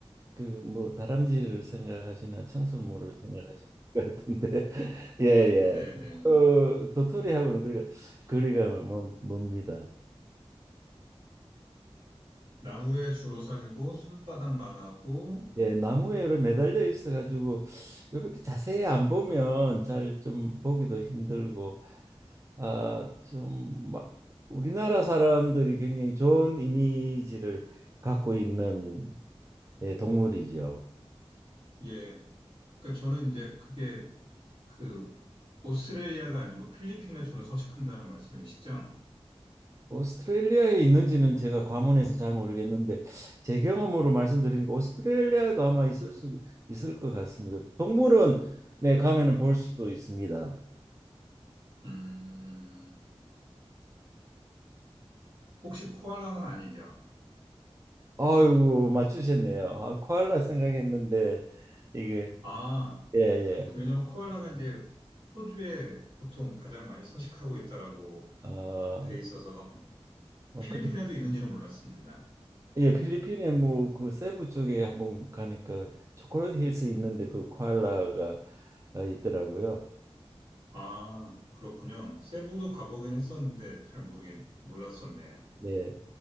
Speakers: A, on the right; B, on the right.
A: 그 뭐 다람쥐를 생각하시나 청설모를 생각하시는 것 같은데 <laughs> 예예
B: 네네.
A: 어, 도토리하고는 그리가 거리가 멉- 멉니다.
B: 나무에 주로 살고 손바닥만 하고,
A: 예 나무에 이렇게 매달려 있어 가지고 이렇게 자세히 안 보면 잘 좀 보기도 힘들고 아좀막 우리나라 사람들이 굉장히 좋은 이미지를 갖고 있는 예, 동물이죠.
B: 예. 그러니까 저는 이제 그게 그 오스트레일리아가 아니고 필리핀에 주로 서식한다는 말씀이시죠?
A: 오스트레일리아에 있는지는 제가 과문해서 잘 모르겠는데 제 경험으로 말씀드리니까 오스트레일리아에도 아마 있을 수 있을 것 같습니다. 동물원에 가면은 볼 수도 있습니다.
B: 음, 혹시 코알라는 아니죠?
A: 아이고 맞추셨네요. 아, 코알라 생각했는데 이게
B: 아,
A: 예예
B: 왜냐면 코알라가 이제 호주에 보통 가장 많이 서식하고 있다라고
A: 어,
B: 돼 있어서
A: 어,
B: 필리핀에도
A: 그,
B: 있는지는 몰랐습니다.
A: 예 필리핀에 뭐 그 세부 쪽에 한번 가니까 초콜릿 힐스 있는데 그 코알라가 어, 있더라고요.
B: 아, 그렇군요. 세부도 가보긴 했었는데 잘 모르겠, 몰랐었네요.
A: 네.